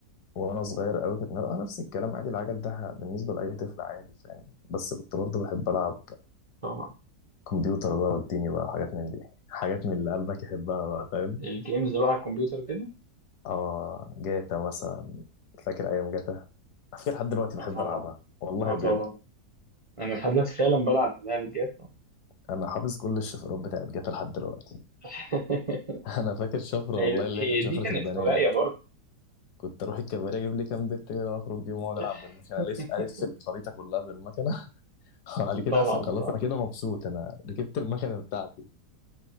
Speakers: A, on the left (about 80°); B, on the right (about 40°).
A: وانا صغير قوي كانت نبقى نفس الكلام عادي العجل ده بالنسبه لاي طفل عادي فاهم بس كنت برضه بحب العب
B: طبعا
A: كمبيوتر بقى والدنيا بقى وحاجات من دي حاجات من اللي قلبك يحبها بقى فاهم
B: الجيمز بقى على الكمبيوتر كده
A: اه جاتا مثلا فاكر ايام جاتا على فكره لحد دلوقتي
B: اه
A: بحب
B: طبعا
A: العبها والله
B: اه
A: بجد
B: طبعا انا لحد دلوقتي فعلا بلعب بلعب الجيات
A: انا حافظ كل الشفرات بتاعت جاتا لحد دلوقتي
B: <laughs>
A: <laughs> انا فاكر شفره
B: هي
A: والله اللي
B: هي
A: هي كانت شفره
B: دي كانت
A: البنات
B: هواية برضه
A: كنت اروح الكباريه اجيب لي كام بنت كده واخرج بيهم
B: <laughs>
A: واقعد العب بالمكنه الف الف الخريطه كلها بالمكنه <laughs> على كده
B: طبعا
A: اقفل خلاص
B: طبعا
A: انا كده مبسوط انا ركبت المكنه بتاعتي